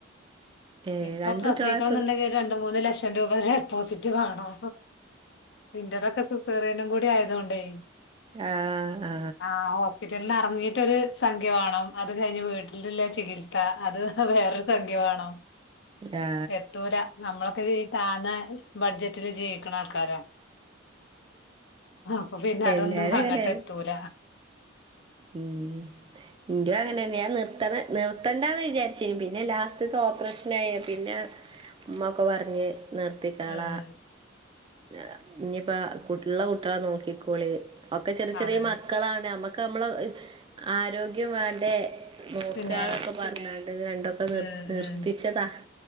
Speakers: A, on the right; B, on the left.
A: ഏ
B: ഇപ്പൊ
A: രണ്ട്
B: പ്രസവിക്കണം
A: കുട്ടികളായപ്പോൾ
B: എന്നുണ്ടെങ്കിൽ രണ്ടു മൂന്ന് ലക്ഷം രൂപയുടെ ഡെപ്പോസിറ്റ് വേണം ഇന്റതൊക്കെ സിസേറിയനും കൂടി ആയതുകൊണ്ടേ
A: ആ ആ
B: ആഹ് ഹോസ്പിറ്റലിലാ അങ്ങീട്ടൊരു സംഖ്യ വേണം അത് കഴിഞ്ഞ് വീട്ടിലുള്ള ചികിത്സ അത് വേറൊരു സംഖ്യ വേണം
A: ആ
B: എത്തൂല നമ്മളൊക്കെ താന്ന ബഡ്ജറ്റില് ജീവിക്കണ ആൾക്കാരാ ആഹ് അപ്പൊ പിന്നെ അതൊന്നും
A: എല്ലാവരും
B: അങ്ങോട്ട്
A: അങ്ങനെ
B: എത്തൂല
A: ഉം ഇന്റെ അങ്ങനെന്നെയ ഞാൻ നിർത്തണ് നിർത്തണ്ടാന്ന് വിചാരിച്ച് പിന്നെ ലാസ്റ്റത്തെ ഓപ്പറേഷനായെ പിന്നെ ഉമ്മ ഒക്കെ പറഞ്ഞ് നിർത്തിക്കാള
B: ഉം
A: <unintelligible> ഇനിയിപ്പ ഇള്ള കുട്ടികളെ നോക്കിക്കോളി ഒക്കെ ചെറിയ ചെറിയ
B: അതന്നെ
A: മക്കളാണ് നമ്മുക്ക് നമ്മള ആരോഗ്യം വേണ്ടേ നോക്കാന്നൊക്കെ
B: പിന്നെ
A: പറഞ്ഞാണ്ട് രണ്ടൊക്കെ നിർ
B: ഉം
A: നിർത്തിച്ചതാ
B: ഉം